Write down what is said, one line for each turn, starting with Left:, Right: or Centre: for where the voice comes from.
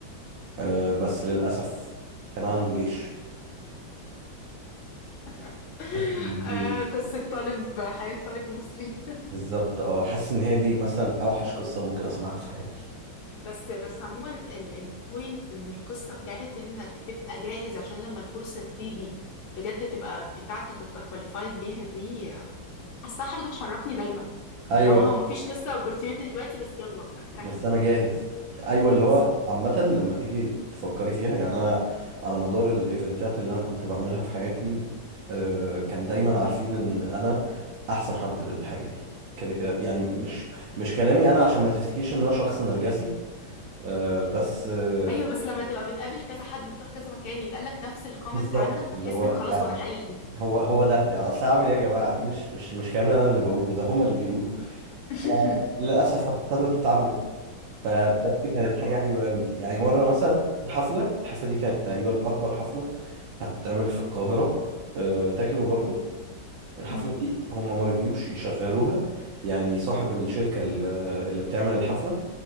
Right: آه، بس للأسف كان عنده جيش
Left: <laughs>
Right: حاسس إن دي
Left: آه قصة طالب حياة طالب مصري
Right: بالظبط اه حاسس ان هي دي مثلا اوحش قصة ممكن اسمعها في حياتي
Left: بس بس عموما البوينت من القصة بتاعت انك تبقى جاهز عشان لما الفرصة تيجي بجد تبقى بتاعتك وتبقى كواليفايد ليها دي حاساها حاجة بتشركني دايما
Right: ايوه
Left: اللي هو هو مفيش لسه opportunity دلوقتي بس يلا اجتهد
Right: بس انا جاهز ايوه اللي
Left: بالظبط
Right: هو عامه لما تيجي تفكري فيها يعني انا على مدار الايفنتات اللي انا كنت بعملها في حياتي آه، كان دايما عارفين ان انا احسن حد للحاجه دي كده كده يعني مش
Left: مم.
Right: مش كلامي انا عشان ما تفتكيش ان انا شخص نرجسي آه، بس آه،
Left: ايوه بس لما تبقى بتقابل كذا حد وتروح كذا مكان يتقالك نفس الكومنت
Right: بالظبط
Left: عنك
Right: اللي
Left: فتحس
Right: هو
Left: انك خلاص
Right: يعني
Left: هو ده حقيقي
Right: هو هو ده يعني اصل اعمل ايه يا جماعه دي مش مش مش كلامي انا اللي بقوله ده هما اللي بيقولوا
Left: <laughs>
Right: فللاسف هتضطروا تتعاملوا فبجد كانت حاجة حلوة قوي يعني مرة مثلا في حفلة الحفلة دي كانت تقريبا أكبر حفلة هتتعمل في القاهرة آه، تكنو برضو الحفلة
Left: مم.
Right: دي هم ما رضيوش يشغلوها يعني صاحب الشركة ال- اللي بتعمل الحفلة